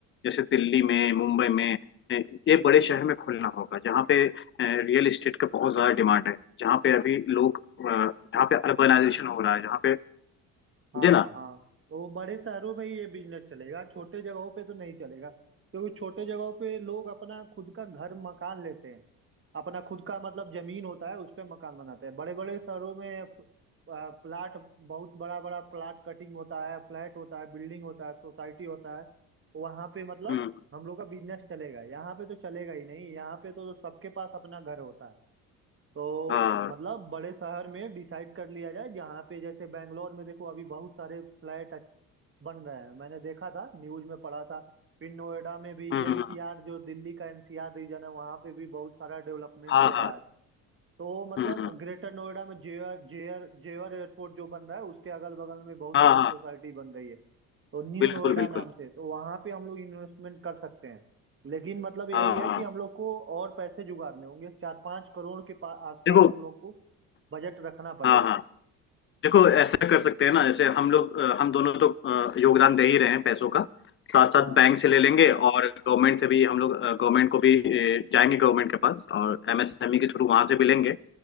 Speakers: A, on the left; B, on the right.
A: जैसे दिल्ली में मुंबई में अ, ये बड़े शहर में खोलना होगा जहाँ पे रियल एस्टेट का बहुत ज्यादा डिमांड है जहाँ पे अभी लोग अ, जहाँ पे अर्बनाइजेशन हो रहा है जहाँ पे समझे
B: हाँ
A: ना
B: हाँ वो बड़े शहरों में ही ये बिजनेस चलेगा छोटे जगहों पे तो नहीं चलेगा क्योंकि छोटे जगहों पे लोग अपना खुद का घर मकान लेते हैं अपना खुद का मतलब जमीन होता है उस पे मकान बनाते हैं बड़े बड़े शहरों में फ- आ, प्लाट बहुत बड़ा बड़ा प्लाट कटिंग होता है फ्लैट होता है बिल्डिंग होता है सोसाइटी होता है वहां पे मतलब
A: हम्म
B: हम लोग का बिजनेस चलेगा यहाँ पे तो चलेगा ही नहीं यहाँ पे तो सबके पास अपना घर होता है तो
A: हाँ
B: मतलब बड़े शहर में डिसाइड कर लिया जाए जहाँ पे जैसे बैंगलोर में देखो अभी बहुत सारे फ्लैट बन रहे हैं मैंने देखा था न्यूज में पढ़ा था फिर नोएडा में भी
A: हम्म
B: एनसीआर
A: हम्म,
B: जो दिल्ली का एनसीआर रीजन है वहाँ पे भी बहुत सारा डेवलपमेंट
A: हाँ
B: हो
A: हाँ
B: रहा है तो मतलब
A: हम्म हम्म,
B: ग्रेटर नोएडा में जेवर जेवर जेवर एयरपोर्ट जो बन रहा है उसके अगल बगल में बहुत
A: हाँ
B: सारी
A: हाँ
B: सोसाइटी बन रही है तो न्यू
A: बिल्कुल
B: नोएडा
A: बिल्कुल
B: नाम से तो वहां पे हम लोग इन्वेस्टमेंट कर सकते हैं लेकिन मतलब यही
A: हाँ
B: है
A: हाँ
B: कि हम लोग को और पैसे जुगाड़ने होंगे चार पांच करोड़ के पा- आसपास
A: देखो
B: हम लोग को बजट रखना पड़ेगा
A: हाँ हाँ देखो ऐसा कर सकते हैं ना जैसे हम लोग अ, हम दोनों तो अ, योगदान दे ही रहे हैं पैसों का साथ साथ
B: हाँ
A: बैंक से ले लेंगे और गवर्नमेंट से भी हम लोग गवर्नमेंट को भी अ, जाएंगे गवर्नमेंट के पास और एमएसएमई के थ्रू वहां से भी लेंगे